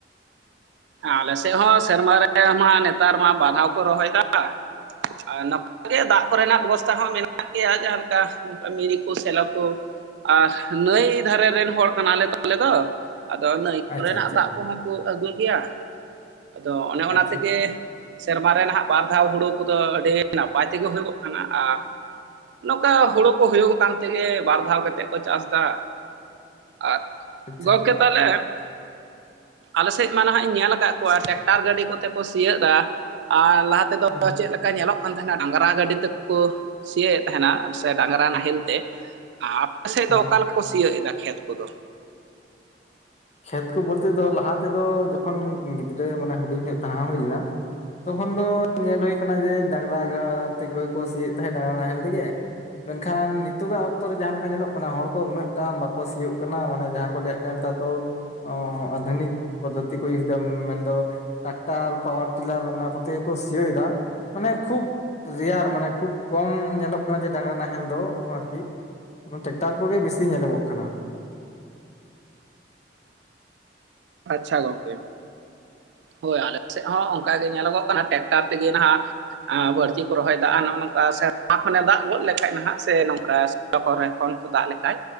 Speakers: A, on the right (about 70°); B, on the left (about 40°).
A: ᱟᱞᱮ ᱥᱮᱫ ᱦᱚᱸ ᱥᱮᱨᱢᱟ ᱨᱮ ᱢᱟᱦᱟᱜ ᱱᱮᱛᱟᱨ ᱢᱟ ᱵᱟᱨ ᱫᱷᱟᱣ ᱠᱚ ᱨᱚᱦᱚᱭᱫᱟ᱾ ᱱᱚᱝᱠᱟ, ᱟᱨ ᱱᱚᱛᱮ ᱜᱮ ᱫᱟᱜ ᱠᱚᱨᱮᱱᱟᱜ ᱵᱮᱵᱚᱥᱛᱟ ᱦᱚᱸ ᱢᱮᱱᱟᱜ ᱜᱮᱭᱟ ᱡᱟᱦᱟᱸ ᱞᱮᱠᱟ ᱱᱚᱝᱠᱟ ᱢᱤᱱᱤ ᱠᱚ ᱥᱮᱞᱚ ᱠᱚ᱾ ᱟᱨ ᱱᱟᱹᱭ ᱫᱷᱟᱨᱮ ᱨᱮᱱ ᱦᱚᱲ ᱠᱟᱱᱟᱞᱮ ᱛᱚ ᱟᱞᱮ ᱫᱚ᱾ ᱟᱫᱚ ᱱᱟᱹᱭ ᱠᱚᱨᱮᱱᱟᱜ
B: ᱟᱪᱪᱷᱟ ᱟᱪᱪᱷᱟ
A: ᱫᱟᱜ ᱠᱚᱦᱚᱸ ᱠᱚ ᱟᱹᱜᱩᱭ ᱜᱮᱭᱟ ᱟᱫᱚ ᱚᱱᱮ ᱚᱱᱟ
B: ᱟᱪᱪᱷᱟ
A: ᱛᱮᱜᱮ ᱥᱮᱨᱢᱟ ᱨᱮ ᱱᱟᱦᱟᱜ ᱵᱟᱨ ᱫᱷᱟᱣ ᱦᱩᱲᱩ ᱠᱚᱫᱚ ᱟᱹᱰᱤ ᱱᱟᱯᱟᱭ ᱛᱮᱜᱮ ᱦᱩᱭᱩᱜᱚᱜ ᱠᱟᱱᱟ ᱟᱨ ᱱᱚᱠᱟ ᱦᱩᱲᱩ ᱠᱚ ᱦᱩᱭᱩᱜᱚᱜ ᱠᱟᱱ ᱛᱮᱜᱮ ᱵᱟᱨ ᱫᱷᱟᱣ ᱠᱟᱛᱮᱜ ᱠᱚ ᱪᱟᱥᱫᱟ᱾ ᱟᱨ,
B: ᱟᱪᱪᱷᱟ
A: ᱜᱚᱝᱠᱮ ᱛᱟᱦᱚᱞᱮ ᱟᱞᱮ ᱥᱮᱫ ᱢᱟ ᱱᱟᱦᱟᱜ ᱤᱧ ᱧᱮᱞ ᱟᱠᱟᱫ ᱠᱚᱣᱟ ᱴᱨᱟᱠᱴᱟᱨ ᱜᱟᱹᱰᱤ ᱠᱚᱛᱮ ᱠᱚ ᱥᱤᱭᱳᱜ ᱫᱟ ᱟᱨ ᱞᱟᱦᱟ ᱛᱮᱫᱚ
B: ᱦᱩᱸ
A: ᱪᱮᱫᱞᱮ ᱠᱟ ᱧᱮᱞᱚᱜ ᱠᱟᱱ ᱛᱟᱦᱮᱸᱱᱟ ᱰᱟᱝᱨᱟ ᱜᱟᱹᱰᱤ ᱛᱮᱠᱳ ᱥᱤᱭᱳ ᱮᱜ ᱛᱟᱦᱮᱸᱱᱟ ᱥᱮ ᱰᱟᱝᱨᱟ ᱱᱟᱦᱮᱞ ᱛᱮ ᱟᱨ ᱟᱯᱮ ᱥᱮᱫ
B: ᱦᱮᱸ
A: ᱫᱚ ᱚᱠᱟ ᱞᱮᱠᱟ ᱠᱚ ᱥᱤᱭᱳᱜ ᱮᱫᱟ ᱠᱷᱮᱛ ᱠᱚᱫᱚ?
B: ᱠᱷᱮᱛ ᱠᱚ ᱵᱳᱞᱛᱮ ᱫᱚ ᱞᱟᱦᱟ ᱛᱮᱫᱚ ᱡᱚᱠᱷᱚᱱ ᱜᱤᱫᱽᱨᱟᱹ ᱢᱟᱱᱮ ᱦᱩᱰᱤᱧ ᱧᱚᱸᱜ ᱛᱟᱦᱮᱸ ᱦᱩᱭ ᱞᱮᱱᱟ᱾ ᱛᱚᱠᱷᱚᱱ ᱫᱚ ᱧᱮᱞ ᱦᱩᱭ ᱠᱟᱱᱟ ᱡᱮ ᱰᱟᱝᱨᱟ ᱜᱟ ᱛᱮᱜᱮ ᱠᱚ ᱥᱤᱭᱮᱫ ᱛᱟᱦᱮᱸᱫ ᱰᱟᱝᱨᱟ ᱱᱟᱦᱮᱞ ᱛᱮᱜᱮ᱾ ᱢᱮᱱᱠᱷᱟᱱ ᱱᱤᱛᱚᱜᱟᱜ ᱚᱠᱛᱚ ᱨᱮ ᱡᱟᱦᱟᱸ ᱞᱮᱠᱟ ᱧᱮᱞᱚᱜ ᱠᱟᱱᱟ ᱦᱚᱲ ᱠᱚ ᱩᱱᱟᱹᱜ ᱴᱟ ᱵᱟᱠᱚ ᱥᱤᱭᱳᱜ ᱠᱟᱱᱟ ᱢᱟᱱᱮ ᱡᱟᱦᱟᱸ ᱠᱚ ᱞᱮᱜ ᱱᱮᱛᱟᱨ ᱫᱚ ᱚᱸ ᱟᱫᱷᱩᱱᱤᱠ ᱯᱚᱫᱽᱫᱷᱚᱛᱤ ᱠᱚ ᱤᱭᱩᱥ ᱫᱟ ᱢᱮᱱᱫᱚ ᱴᱟᱠᱴᱟᱨ ᱯᱟᱣᱟᱨ ᱴᱤᱞᱟᱨ ᱚᱱᱟ ᱠᱚᱛᱮ ᱜᱮᱠᱚ ᱥᱤᱭᱳᱜ ᱫᱟ᱾ ᱢᱟᱱᱮ ᱠᱷᱩᱵ ᱨᱮᱭᱟᱨ ᱢᱟᱱᱮ ᱠᱷᱩᱵ ᱠᱚᱢ ᱧᱮᱞᱚᱜ ᱠᱟᱱᱟ ᱡᱮ ᱰᱟᱝᱨᱟ ᱱᱟᱦᱮᱞ ᱫᱚ ᱟᱨᱠᱤ᱾ ᱚᱱᱟ ᱴᱮᱠᱴᱟᱨ ᱠᱚᱜᱮ ᱵᱮᱥᱤ ᱧᱮᱞᱚᱜᱚᱜ ᱠᱟᱱᱟ᱾
A: ᱟᱪᱪᱷᱟ ᱜᱚᱝᱠᱮ, ᱦᱳᱭ ᱟᱞᱮ ᱥᱮᱫ ᱦᱚᱸ ᱚᱱᱠᱟ ᱜᱮ ᱧᱮᱞᱚᱜᱚᱜ ᱠᱟᱱᱟ ᱴᱮᱠ ᱴᱟᱨ ᱛᱮᱜᱮ ᱱᱟᱦᱟᱜ ᱟᱸ ᱵᱟᱹᱲᱛᱤ ᱠᱚ ᱨᱚᱦᱚᱭ ᱫᱟ ᱟ ᱱᱚᱜᱼᱚ ᱱᱚᱝᱠᱟ ᱥᱮ ᱚᱱᱟ ᱠᱷᱚᱱᱮ ᱫᱟᱜ ᱜᱚᱫ ᱞᱮᱠᱟᱡ ᱱᱟᱦᱟᱜ ᱥᱮ ᱱᱚᱝᱠᱟᱥ ᱠᱚᱨᱮ ᱠᱷᱚᱱ ᱠᱚ ᱫᱟᱜ ᱞᱮᱠᱷᱟᱡ